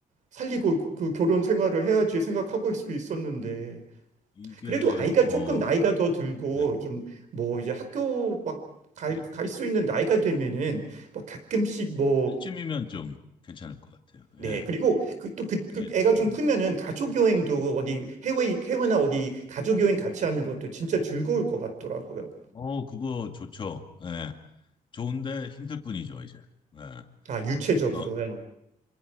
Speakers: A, on the right; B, on the left.
A: 살리고 그 그 결혼 생활을 해야지 생각하고 있을 수 있었는데
B: 이게,
A: 그래도 아이가
B: 어,
A: 조금 나이가 더 들고
B: 네,
A: 좀 뭐 이제 학교 막 갈,
B: 네.
A: 갈 수 있는 나이가 되면은 뭐 가끔씩 뭐
B: 그때쯤이면 좀 괜찮을 것 같아요.
A: 네,
B: 예.
A: 그리고 그, 또 그, 그
B: 이제,
A: 애가 좀
B: 음.
A: 크면은 가족 여행도 어디 해외, 해외나 어디 가족 여행 같이 하는 것도 진짜 즐거울 것 같더라고요.
B: 어, 그거 좋죠. 예. 좋은데 힘들 뿐이죠, 이제. 예.
A: 아, 유체적으로요.
B: 어,